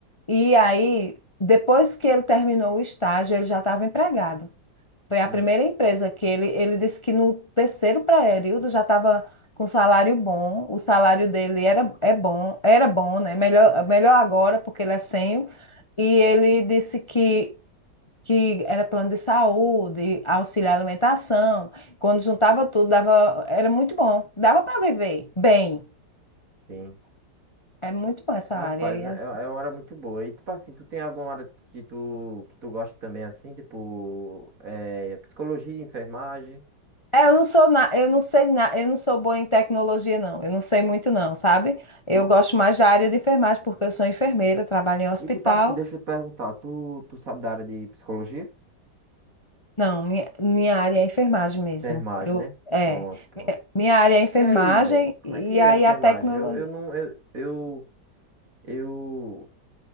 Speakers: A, on the left (about 20°); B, on the right (about 45°).
A: E aí, depois que ele terminou o estágio, ele já estava empregado. Foi a
B: Hum.
A: primeira empresa que ele, ele disse que no terceiro período já estava com um salário bom. O salário dele era, é bom, era bom, né? Melhor, melhor agora, porque ele é sênior. E ele disse que, que era plano de saúde, auxílio à alimentação. Quando juntava tudo, dava, era muito bom. Dava para viver bem.
B: Sim.
A: É muito bom essa
B: Rapaz,
A: área. E
B: é,
A: assim,
B: é uma hora muito boa. E tipo assim, tu tem alguma hora que tu, que tu gosta também assim, tipo, é, psicologia, enfermagem?
A: É, eu não sou na, eu não sei na, eu não sou boa em tecnologia não. Eu não sei muito não, sabe? Eu
B: E,
A: gosto mais da área de enfermagem porque eu sou enfermeira, trabalho em hospital.
B: e tipo assim, deixa eu te perguntar, tu, tu sabe da área de psicologia?
A: Não, minha, minha área é enfermagem mesmo.
B: Enfermagem,
A: Eu
B: né?
A: é,
B: Pronto, pronto.
A: minha, minha área é enfermagem
B: E aí, velho? Como
A: e
B: é que
A: aí
B: é a enfermagem?
A: a tecnologia,
B: Eu, eu não, eu, eu, eu,